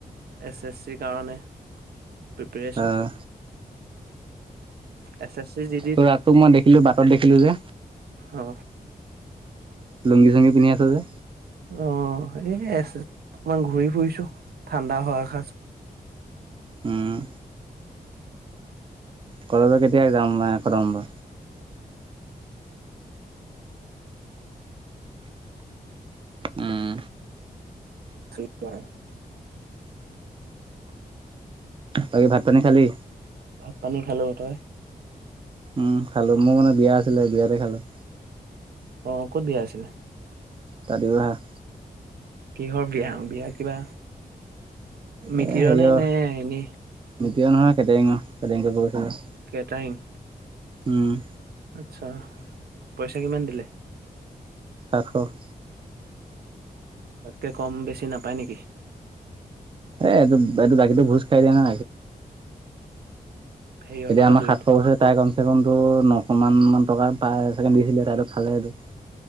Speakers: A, on the right; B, on the right.
A: এচ এচ চিৰ কাৰণে পিপেৰেচন।
B: আহ
A: এছ এছ চি জি দি
B: তোৰ ৰাতটোক মই দেখিলো বাটত দেখিলো যে
A: অ।
B: লুংগি চুঙি পিন্ধি আছ যে?
A: অ এয়ে আছো। অকমান ঘূৰি ফুৰিছো। ঠাণ্ডা হোৱা সাঁজ
B: উম। ক <unintelligible> লে কেতিয়া যাম নাই কম বা উম।
A: থ <unintelligible>
B: বাকী ভাত পানী খালি?
A: ভাত পানী খালো। তই?
B: উম, খালো। মোৰ মানে বিয়া আছিলে বিয়াতে খালো।
A: অহ ', ক'ত বিয়া আছিলে?
B: তালি বা <unintelligible>
A: কিহৰ বিয়া -বিয়া কিবা? মিতিৰৰে
B: এ হেৰিয়ৰ
A: নে এনে?
B: মিতিৰৰ নহয়, কেটাৰিঙৰ কেটাৰিং কৰিব গৈছিলো।
A: কেটাৰিং?
B: উম,
A: আচ্ছা পইচ চা কিমান দিলে?
B: আৰু <unintelligible>
A: তাতকৈ কম বেছি নাপায় নেকি?
B: এই এইটো- এইটো বাকীটো ভোজ খাই দিয়ে না।
A: হেৰিয়ৰ
B: তেতিয়া
A: লগত
B: আমাৰ
A: জড়িত
B: সাতশ বছৰে তাই গম টো নশ মান মান টকা পায় ছেকেণ্ড দিছিলে তাইতোক খালে এইটো।